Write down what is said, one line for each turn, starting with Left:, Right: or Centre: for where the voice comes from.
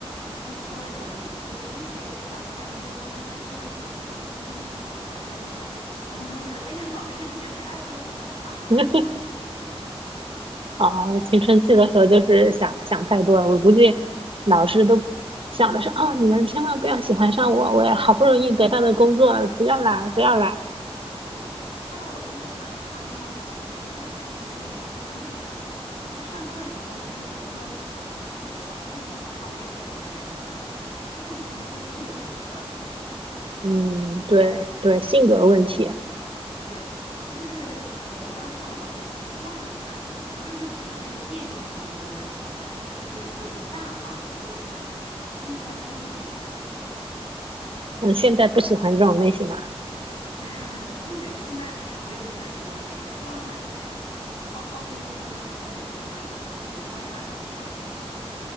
Left: 他说我的名字就是谁谁谁，他咋不来那个办公室问题了呢？他最近咋样啊？他然后他说觉得，哎呀，老师肯定是爱上我了，还打听我。
Right: <laughs>
Left: <laughs>
Right: 啊，青春期的时候就是想想太多了，我估计老师都想的是啊，你们千万不要喜欢上我，我也好不容易得到的工作，不要来，不要来。
Left: 对对，后来我现在想，他那么脸红，是因为他本身就是一个特别内向的人。他上课的时候，就是比如说有同学挑衅他，他也就是满脸通红，他就是不太会处理这些事儿。
Right: 嗯，对对，性格问题，
Left: 对，他就是，哎呀，我当时想，我怎么能喜欢这样的男的呢？他就是挺那个别别扭扭的那种人，就是不大方，就是心思还特别敏感那种人。
Right: 我现在不喜欢这种类型了。
Left: <laughs> 对对对，现在我也不喜欢这种类型，这样的感觉好耗费精力，你还得就是嗯琢磨他怎么想的，是吧？